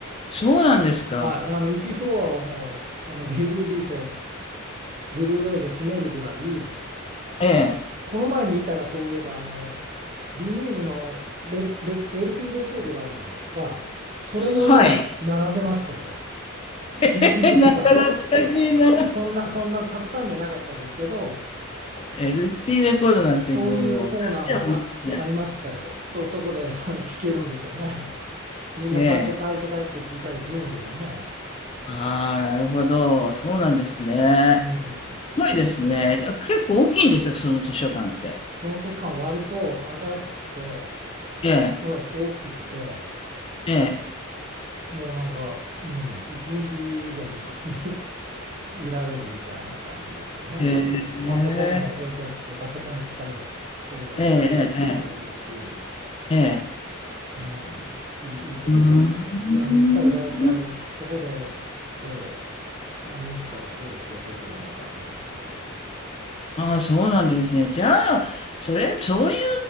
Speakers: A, on the left; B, on the right.
A: そうなんですか。
B: はい。あの、1フロアをもう、その DVD とブルーレイで占めるぐらい、
A: ええ。
B: この前見たらそういえば、あの、ビニールのレ、レ、LP レコードがあるじゃないですか。それもね、
A: はい。
B: 並んでましたよ。い、
A: <laughs>
B: いくつか。
A: え、なか懐かしいな。
B: そ、そんな、そんなたくさんじゃなかったですけど、
A: LP レコードなんてもう、
B: そういうコーナーもあ、
A: 何年も見て
B: ありましたよ。そう、そこで <laughs> その聞けるんでしょうね。みんな借りて借りて帰って聞いたりするんでしょうね。
A: ね。ああ、なるほど。そうなんですね。
B: うん。
A: すごいですね。あ、結構大きいんですよ、その図書館って。
B: その図書館割と新しくて、
A: ええ、
B: はい、大きくて、
A: ええ、
B: もうなんか、うん、一日でもそこに <laughs> いられるみたいな感じですよね。
A: え
B: パソコンも置いてあって、
A: え、
B: パソコンも使いほ放題で使えるし、
A: ええ、ええ、ええ。ええ
B: うん、いい、いいところです。
A: うーん。
B: いや、あの、行ったら大体そこで、えー何日かはそこで過ごせるような感じのところで。
A: ああ、そうなんですね。じゃあ、それ、そういう